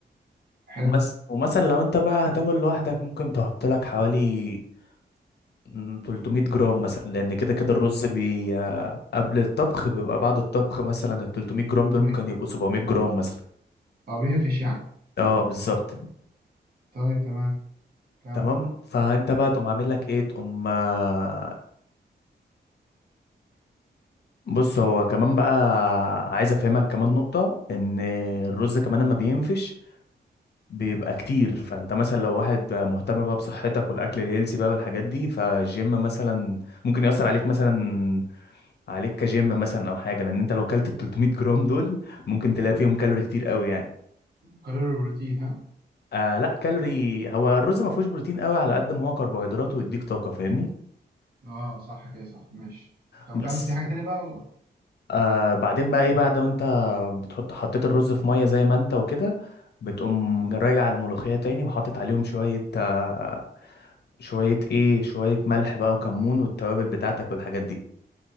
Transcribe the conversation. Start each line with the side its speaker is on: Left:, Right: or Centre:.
Right: حلو
Left: ومس... ومثلا لو انت بقى هتاكل لوحدك ممكن تحط لك حوالي مم، 300 جرام مثلا لان كده كده الرز بي... آه، قبل الطبخ بيبقى بعد الطبخ مثلا ال 300 جرام دول
Right: بي...
Left: ممكن يبقوا 700 جرام مثلا
Right: اه بينفش يعني
Left: اه بالظبط
Right: طيب تمام كم
Left: تمام فانت بقى تقوم عامل لك ايه تقوم آه، بص هو كمان بقى عايز افهمك كمان نقطة ان الرز كمان لما بينفش بيبقى كتير فانت مثلا لو واحد مهتم بقى بصحتك والاكل الهيلسي بقى والحاجات دي فالجيم مثلا ممكن يأثر عليك مثلا عليك كجيم مثلا او حاجة لان انت لو كلت ال 300 جرام دول ممكن تلاقي فيهم كالوري كتير قوي يعني
Right: كالوري بروتين ها
Left: آه لا كالوري هو الرز ما فيهوش بروتين قوي على قد ما هو كربوهيدرات ويديك طاقة فاهمني
Right: اه صح كده صح ماشي طب
Left: بس
Right: كمل في حاجه تانية بقى
Left: آه بعدين بقى ايه بعد ما انت بتحط حطيت الرز في ميه زي ما انت وكده بتقوم راجع الملوخيه تاني وحاطط عليهم شويه آه شويه ايه شويه ملح بقى وكمون والتوابل بتاعتك والحاجات دي